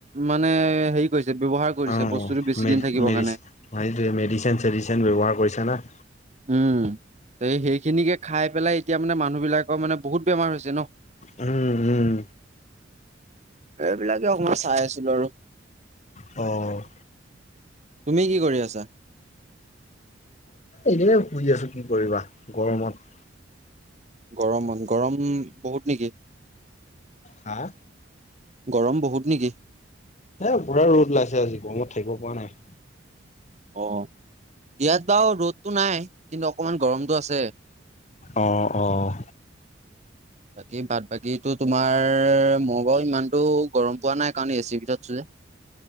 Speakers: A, on the right; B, on the left.
A: মানে হেৰি কৰিছে ব্যৱহাৰ কৰিছে
B: অ'
A: বস্তুটো বেছি
B: মে
A: দিন থাকিব
B: মেডিচ
A: কাৰণে।
B: সেইটোৱে মেডিচেন চেডিচেন ব্যৱহাৰ কৰিছে না।
A: উম, এই সেইখিনিকে খাই পেলাই এতিয়া মানে মানুহবিলাকৰ মানে বহুত বেমাৰ হৈছে ন'।
B: উম, উম।
A: এইবিলাকে অকণমান চাই আছিলোঁ আৰু।
B: অ'।
A: তুমি কি কৰি আছা?
B: এনে শুই আছোঁ, কি কৰিবা গৰমত।
A: গৰম, গৰম বহুত নেকি?
B: হা?
A: গৰম বহুত নেকি?
B: এ, পুৰা ৰ'দ ওলাইছে আজি, গৰমত থাকিব পৰা নাই।
A: অ' ইয়াত বাৰু ৰ'দটো নাই কিন্তু অকমান গৰমটো আছে।
B: অ', অ'।
A: বাকী বাট বাকীতো তোমাৰ মই বাৰু ইমানটো গৰম পোৱা নাই কাৰণ এচিৰ ভিতৰত আছোঁ যে। <inaudible>